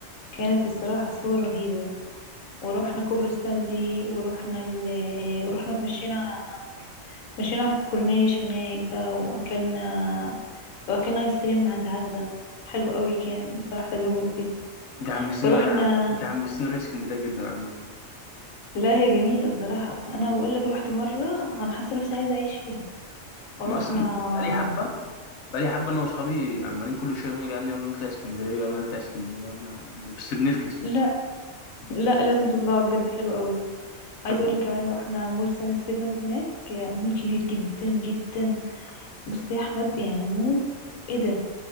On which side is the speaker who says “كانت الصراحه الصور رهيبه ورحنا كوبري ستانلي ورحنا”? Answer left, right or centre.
Left